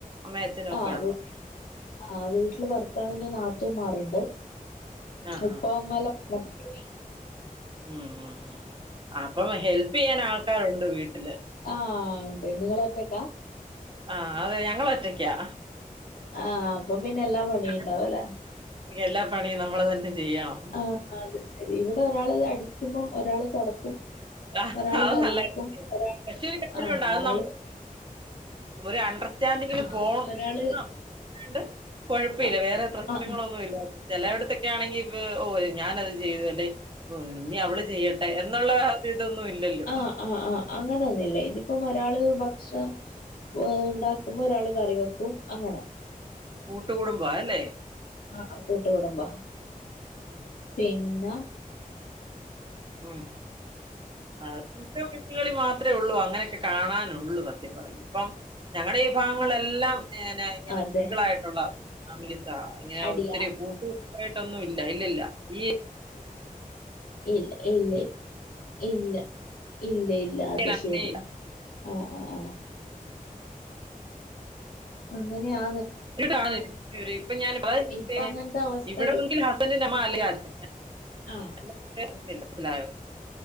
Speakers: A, on the right; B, on the left.
A: അമ്മേ അച്ചനൊക്കെ
B: ആഹ്
A: ഉണ്ടോ
B: ആ വീട്ടില് ഭർത്താവിന്റെ നാത്തൂമാര്ണ്ട്
A: ആഹ്
B: ഉപ്പ ഉമ്മ എല്ലാം <unintelligible> പോയി
A: ഊം ഹും ഹും അപ്പം ഹെൽപ്പെയ്യാൻ ആൾക്കാരുണ്ട് വീ ട്ട്ല്
B: ആ അതെ നിങ്ങളൊറ്റക്കാ
A: ആ അതെ ഞങ്ങളൊറ്റക്ക്യാ
B: ആ അപ്പം പിന്നെ എല്ലാ പണിയുണ്ടാവ
A: ഞങ്ങ
B: ലേ
A: എല്ലാ പണി നമ്മള് തന്നെ ചെയ്യണം
B: ആ അത് ശരി ഇവിടൊരാള് അടി ക്കുമ്പം ഒരാള് തൊടക്കും
A: ആ
B: ഒരാള്
A: അത്
B: കറി
A: നല്ല
B: വെക്കും,
A: കാര്യ
B: ഒരാ
A: പക്ഷെ ഒരു
B: ആഹ്
A: കാര്യണ്ടത്
B: ഒരാള്
A: നമ്മള് ഒരു അണ്ടർസ്റ്റാൻഡിങ്ങില്
B: ആഹ്
A: പോണം <unintelligible>
B: ഒരാള്
A: കൊയ്പില്ല
B: അ
A: വേറെ പ്രശ്നങ്ങളൊന്നുമില്ലാതെ
B: ആഹ്
A: ചെലോട്ത്തൊക്കെയാണെങ്കി ഓ ഓര് ഞാനത് ചെയ്തു അല്ലെ ഓര് ഇനി അവള് ചെയ്യട്ടെ എന്നുള്ള ഇതൊന്നും ഇല്ലല്ലോ
B: ആ അ ആ അങ്ങനൊന്നില്ലേ ഇപ്പം ഒരാള് ഭക്ഷണം ഉണ്ടാക്കുമ്പോ ഒരാള് കറി വെക്കും അങ്ങനെ
A: കൂട്ടുകൂടുംബാ അല്ലേ
B: ആ കൂട്ടുകുടുംബാ പിന്ന
A: ഉം അതെ <unintelligible> വിടുകളിൽ മാത്രേ ഉള്ളൂ അ ങ്ങനെയൊക്കെ കാണാനുള്ളൂ സത്യം പറ ഇപ്പം ഞങ്ങളുടെ ഈ ഭാഗങ്ങളെല്ലാം <unintelligible> ഇങ്ങനെ
B: അതെ
A: സിംഗിൾ ആയിട്ടുള്ള ഫാമിലീസാ ഇങ്ങനെ
B: അടിയാ?
A: ഒത്തിരി കൂട്ടു യായിട്ടൊന്നും ഇൽ ല്ല ഇല്ലല്ല ഈ
B: ഇല്ല ഇല്ല ഇല്ല ഇല്ല ഇ ഇല്ല
A: ഏരിയയിൽ
B: അത്
A: അങ്ങനെ
B: ശരി
A: ഇല്ല
B: ആ ആ ആ അങ്ങനെയാ
A: <unintelligible> ഇപ്പൊ ഞാൻ <unintelligible>
B: ഇപ്പ അങ്ങനത്തെ അവസ്ഥകൾ
A: ഇവിടെങ്കിൽ ഹസ്ബന്റിന്റെ അമ്മ അല്ലെങ്കിൽ അച്ഛൻ
B: ആഹ്
A: <unintelligible> ഉണ്ടായോ